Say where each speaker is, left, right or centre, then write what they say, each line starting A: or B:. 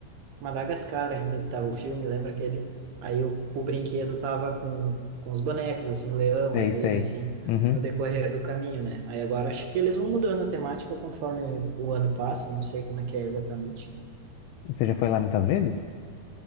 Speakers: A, on the right (about 65°); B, on the left (about 80°).
A: Madagascar ainda estava o filme, lembra aquele? Aí o, o brinquedo tava com, com os bonecos, assim, o leão,
B: Sei,
A: a zebra,
B: sei.
A: assim,
B: Uhum.
A: no decorrer do caminho, né? Aí agora acho que eles vão mudando a temática conforme o ano passa, não sei como é que é exatamente.
B: Você já foi lá muitas vezes?